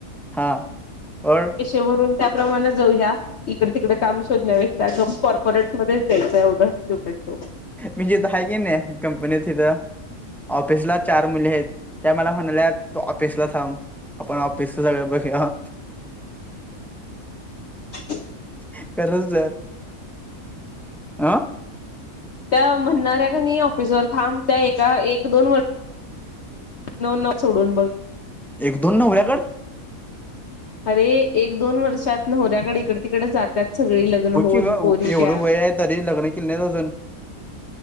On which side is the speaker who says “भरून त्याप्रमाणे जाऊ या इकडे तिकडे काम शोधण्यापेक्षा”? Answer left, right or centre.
Left